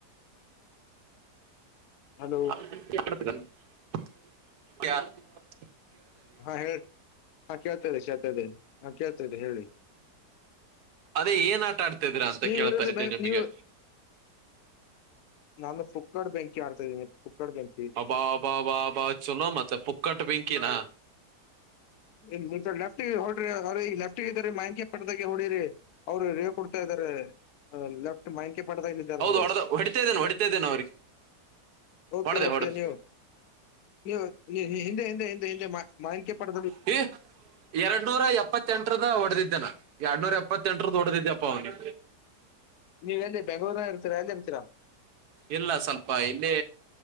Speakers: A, on the left; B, on the right.
A: ಹಲೋ
B: ಮಾಡ
A: ಹಾ ಹೇಳ ಹಾ ಕೇಳ್ತದೆ ಚೇಳ್ತದೆೇ ಹಾ ಕೇಳ್ತದೆ ಹೇಳಿ
B: ಅದೇ ಏನ್ ಆಟ ಆಡ್ತಿದ್ರ ಅಂತ
A: ನೀ
B: ಕೇಳ್ತಾ
A: ವಿರುೋ್ಧ
B: ಇದ್ದೆ ನಿಮಗೆ
A: ನೀವು ನಾನು ಪುಕ್ಕಡ್ ಬೆಂಕಿ ಆಡ್ತಾ ಇದೀನಿ ಪುಕ್ಕಡ್ ಬೆಂಕಿ
B: ಬ ಬ ಬ ಬ ಚಲೋ ಮತ್ತೆ ಪುಕ್ಕಟ್ ಪಿಂಕಿಿನ
A: ಇ ಲೆಫ್ಟಗೆ ಹೊಡ್ರಿ ಅವ್ರರಿ ಈ ಲೆಫ್ಟ್ಗೆ ಇದ್ರ ಮ್ಯಾನ್ಕಿ ಪಟ್ಟದಾಗೆ ಹೊೋಡಿರಿ ಅವರು ಹೇ ಕೊಡ್ತಾ ಇದ್ದಾರೆ ಲೆಫ್ಟ್ ಮಕೆ ಪಡದಾ ಇಲ್ಲಾರೆ
B: ಹೌದು
A: ನೋಡು
B: ಹೊಡೆದ ಹೊಡಿತಾ ಇದ್ದೇನೆ ಹೊಡಿತಾ ಇದ್ದೇನೆ ಅವ್ರಿಗೆ
A: ಓಕೆ
B: ಹೊಡ್ದ
A: ಓಕೆ
B: ಹೊಡ್ದ
A: ನೀವು ನೀವು ಹಿಂದೆ ಹಿಂದೆ ಹಿಂದೆ ಹಿಂದೆ ಮಾಕ ಪಡ
B: ಹ ಎರಡ್ ನೂರ ಎಪ್ಪತ್ತ ಎಂಟರದ ಹೊಡೆದಿದ್ದನ ಎರಡ್ನೂರ ಎಪ್ಪತ್ತೆಂಟರದ ಹೊಡೆಡದಿದ್ದಪ್ಪ ಅವನು
A: ನೀವ ಎಲ್ಲಿ ಬೆಂಗಳೂರನ ಇರ್ತರಾ ಎಲ್ಲಿ ಇರ್ತೀರಾ
B: ಇಲ್ಲ ಸ್ವಲ್ಪ ಇಲ್ಲಿ